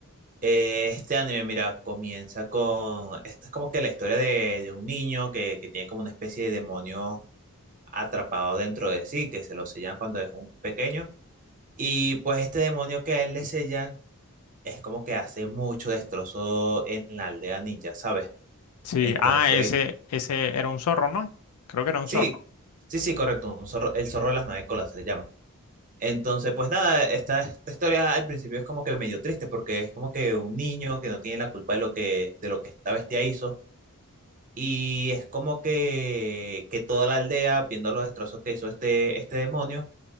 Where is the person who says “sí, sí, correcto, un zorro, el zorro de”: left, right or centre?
Right